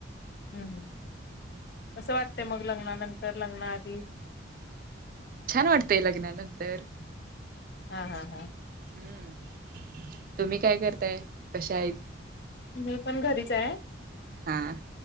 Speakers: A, on the left; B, on the right.
A: हम्म.. हूं हूं... कसं वाटतय मग लग्नानंतर... लग्ना आधी?
B: छान वाटतय लग्न नंतर
A: हा हा हा.
B: हम्म... तुम्ही काय करताय... कशा हेत?
A: मी पण घरीच ए.
B: हां.